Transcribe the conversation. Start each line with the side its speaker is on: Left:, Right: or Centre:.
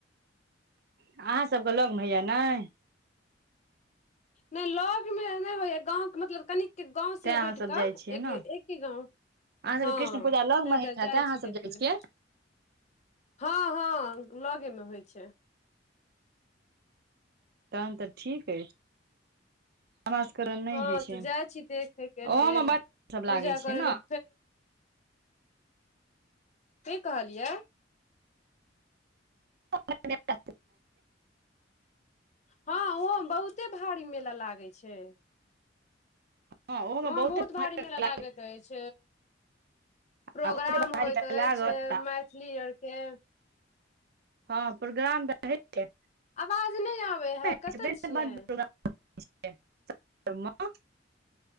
Right: अहाँसभ क लग में होइया नाय।
Left: नै लग में नै होयए गाँव के मतलब कनि की गाँव से
Right: तें अहाँ
Left: हैट
Right: सब
Left: कऽ
Right: जाइ छियै
Left: एक
Right: ने
Left: एके गाँव।
Right: अहाँ सबके
Left: हां
Right: कृष्ण पूजा लगमे
Left: तय
Right: होइत
Left: द
Right: हैत
Left: जाइ
Right: तें अहाँ
Left: छी
Right: सब
Left: देखै
Right: जाइ छियै
Left: लए। हां हां लगे में होय छैय।
Right: तहन तऽ ठिक अइछ। हमकरण नै
Left: हँ
Right: हैइ छैय
Left: तऽ जाइ छी देखे के लेल
Right: ओहोमें बच्च टब
Left: पूजा
Right: लागै छैय
Left: करे
Right: न।
Left: के कि कहलियै।
Right: <unintelligible>
Left: हां ओहो बहुते भारी मेला लागै छैय।
Right: हँ ओहोमे
Left: वहां
Right: बहुते
Left: बहुत भारी
Right: भयंकर
Left: मेला लागैत अइछ। प्रोग्राम
Right: आ बहुते भारी
Left: होइत अइछ
Right: लागत
Left: मैथिली आरके।
Right: हां प्रोग्राम तऽ हैइ
Left: आवाज नहि आबे है
Right: छैय
Left: कतऽ छियै
Right: बढ प्रोग्राम। <unintelligible>